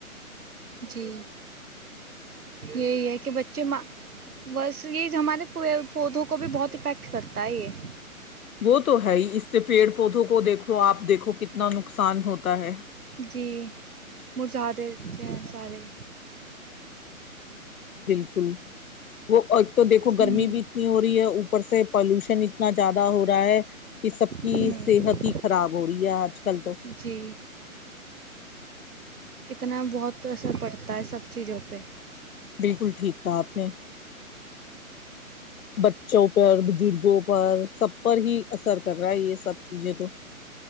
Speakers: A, on the right; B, on the left.
A: جی یہی ہے کہ بچے بس یہ ہمارے پودوں کو بھی بہت افیکٹ کرتا ہے یہ
B: وہ تو ہے ہی اس سے پیڑ پودوں کو دیکھو تو آپ دیکھو کتنا نقصان نقصان ہوتا ہے
A: جی مزدہتے ہیں سارے
B: بالکل وہ ایک تو دیکھو
A: ہوں
B: گرمی بھی اتنی ہو رہی ہے ر سے پالوشن اتنا زیادہ ہو رہا ہے یہ سب کی
A: ہوں
B: صحت ہی خراب ہو رہی ہے اج کل تو
A: جی اتنا بہت اثر پڑتا ہے سب چیزوں پہ
B: بالکل ٹھیک کہا آپ نے بچوں پر بزرگوں پر سب پر ہی اثر کر رہا ہے یہ سب چیزیں تو